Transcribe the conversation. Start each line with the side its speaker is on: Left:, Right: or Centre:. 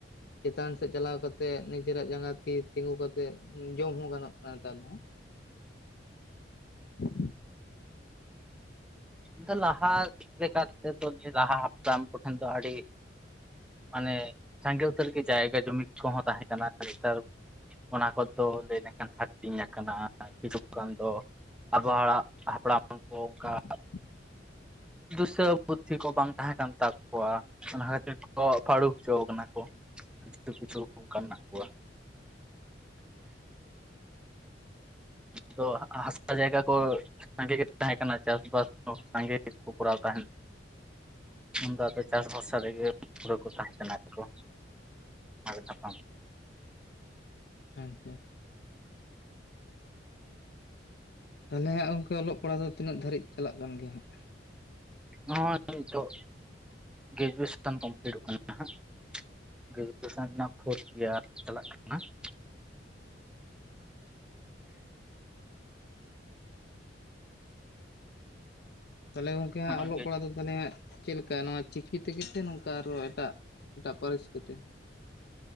Left: ᱪᱮᱛᱟᱱ ᱥᱮᱫ ᱪᱟᱞᱟᱣ ᱠᱟᱛᱮ ᱱᱤᱡᱮᱨᱟᱜ ᱡᱟᱸᱜᱟ ᱛᱤ ᱛᱤᱸᱜᱩ ᱠᱟᱛᱮᱫ ᱡᱚᱢ ᱦᱚᱸ ᱜᱟᱱᱚᱜ ᱠᱟᱱᱟ ᱱᱮᱛᱟᱨ ᱫᱚ ᱦᱮᱸ <inaudible>
Centre: ᱫᱚ ᱞᱟᱦᱟ ᱞᱮᱠᱟ ᱞᱮᱠᱟᱛᱮ ᱫᱚ ᱱᱤᱭᱟᱹ ᱞᱟᱦᱟ ᱦᱟᱯᱲᱟᱢ ᱠᱚᱴᱷᱮᱱ ᱫᱚ ᱟᱹᱰᱤ ᱢᱟᱱᱮ ᱥᱟᱸᱜᱮ ᱩᱛᱟᱹᱨ ᱜᱮ ᱡᱟᱭᱜᱟ ᱡᱚᱢᱤᱠ ᱠᱚᱦᱚᱸ ᱛᱟᱦᱮᱸ ᱠᱟᱱᱟ ᱱᱮᱛᱟᱨ ᱚᱱᱟ ᱠᱚᱫᱚ ᱞᱟᱹᱭ ᱞᱮᱱᱠᱷᱟᱱ ᱦᱟᱹᱴᱤᱧ ᱟᱠᱟᱱᱟ ᱠᱤᱪᱷᱩᱜ ᱠᱷᱟᱱ ᱫᱚ ᱟᱵᱚ ᱦᱚᱲᱟᱜ ᱦᱟᱯᱲᱟᱢ ᱠᱚ ᱚᱱᱠᱟ <unintelligible>
Left: <inaudible>
Centre: ᱫᱩᱥᱟᱹ ᱵᱩᱫᱽᱫᱷᱤ ᱠᱚ ᱵᱟᱝ ᱛᱟᱦᱮᱸ ᱠᱟᱱ ᱛᱟᱠᱚᱣᱟ ᱾ ᱚᱱᱟ ᱠᱷᱟᱹᱛᱤᱨ ᱠᱚ ᱯᱷᱟᱹᱲᱩ ᱦᱚᱪᱚ ᱠᱟᱱᱟ ᱠᱚ, ᱠᱤᱪᱷᱩ ᱠᱤᱪᱷᱩ ᱚᱱᱠᱟ ᱢᱮᱱᱟᱜ ᱠᱚᱣᱟ ᱾ ᱫᱟ ᱦᱟᱸᱥᱟ ᱡᱟᱭᱜᱟ ᱠᱚ ᱥᱟᱸᱜᱮ ᱜᱮ ᱛᱟᱦᱮᱸ ᱠᱟᱱᱟ ᱪᱟᱥᱵᱟᱥ ᱠᱚ ᱥᱟᱸᱜᱮ ᱜᱮᱠᱚ ᱠᱚᱨᱟᱣ ᱛᱟᱦᱮᱱ ᱩᱱᱫᱚ ᱟᱫᱚ ᱪᱟᱥ ᱵᱷᱚᱨᱥᱟ ᱨᱮᱜᱮ ᱦᱳᱲᱳ ᱠᱚ ᱛᱟᱦᱮᱸ ᱠᱟᱱᱟ ᱟᱨᱠᱚ ᱟᱮ ᱛᱟᱯ <inaudible>
Left: ᱟᱪᱪᱷᱟ <inaudible> ᱛᱟᱦᱚᱞᱮ ᱦᱟᱸᱜ ᱜᱚᱢᱠᱮ ᱚᱞᱚᱜ ᱯᱟᱲᱦᱟᱣ ᱫᱚ ᱛᱱᱟᱹᱜ ᱫᱷᱟᱹᱨᱤᱡ ᱪᱟᱞᱟᱜ ᱠᱟᱱ ᱜᱮ ᱦᱟᱸᱜ᱾
Centre: ᱱᱚᱜᱼᱚᱭ ᱱᱤᱛᱚᱜ ᱜᱨᱮᱡᱩᱭᱮᱥᱚᱱ ᱠᱚᱢᱯᱞᱤᱴᱚᱜ ᱠᱟᱱᱟ ᱦᱟᱸᱜ <inaudible> ᱜᱨᱮᱡᱩᱭᱮᱥᱚᱱ ᱨᱮᱱᱟᱜ ᱯᱷᱳᱨᱛᱷ ᱤᱭᱟᱨ ᱪᱟᱞᱟᱜ ᱠᱟᱱᱟ <inaudible>
Left: ᱛᱟᱦᱚᱞ ᱜᱚᱝᱠᱮ ᱦᱟᱸᱜ
Centre: ᱱᱚᱜᱼᱚᱭ
Left: ᱚᱞᱚᱜ
Centre: ᱜᱨᱮᱡᱩᱭᱮᱥᱚᱱ
Left: ᱯᱟᱲᱟᱜ ᱫᱚ ᱛᱟᱦᱚᱞᱮ ᱦᱟᱸᱜ, ᱪᱮᱫ ᱞᱮᱠᱟ ᱱᱚᱣᱟ ᱪᱤᱠᱤ ᱛᱮᱜᱮ ᱥᱮ ᱱᱚᱝᱠᱟ ᱟᱨᱦᱚ ᱮᱴᱟᱜ ᱮᱴᱟᱜ ᱯᱟᱹᱨᱤᱥ ᱠᱚᱛᱮ?